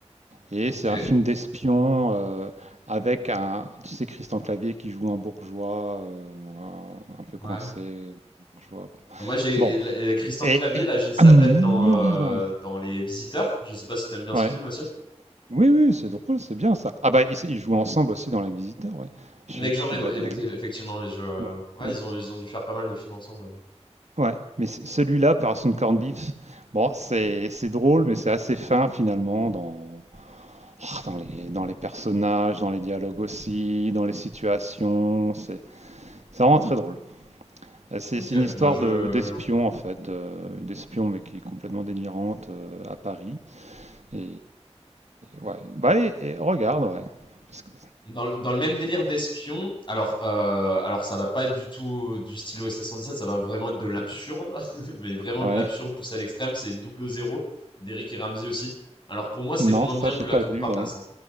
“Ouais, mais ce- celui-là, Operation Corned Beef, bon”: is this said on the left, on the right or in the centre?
Right